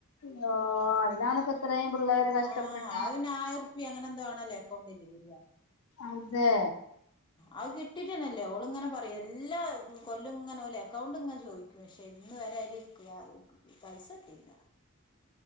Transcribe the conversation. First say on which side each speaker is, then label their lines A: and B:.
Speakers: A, on the left; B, on the left.
A: ഓഹ് അതിനാണ്പ്പ ഇത്രയും പിള്ളേര് കഷ്ടപ്പെട്ട
B: ആഹ് അയിന് ആയിരം റുപ്യ എങ്ങനെ എന്തോ ആണല്ലേ അക്കൗണ്ടിൽ വരിക
A: ആഹ് അതേ
B: ആ കിട്ടിട്ടണല്ലേ ഓളിങ്ങനെ പറയും എല്ലാ കൊല്ലും ഇങ്ങനെ പോലെ അക്കൗണ്ട് ഇങ്ങെ ചോദിക്കും പക്ഷെ ഇന്ന് വരെ അതില് പൈസ ഇട്ടില്ല